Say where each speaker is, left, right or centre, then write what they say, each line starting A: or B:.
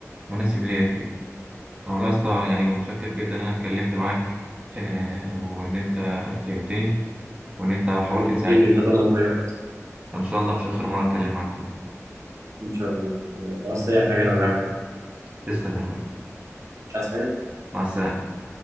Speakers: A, on the right; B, on the right.
A: مناسب ليا فيه انا والله يا اسطى يعني متشكر جدا ان انا اتكلمت معاك آه وان انت فهمتني وان انت حاولت
B: حبيبي
A: تساعدني
B: انت تمر فيا
A: وان شاء الله مش اخر مره اتكلم معاك فيه
B: ان شاء الله لو عايز اي حاجة انا معاك
A: تسلم يا اخوي
B: مش عايز حاجة
A: مع السلامه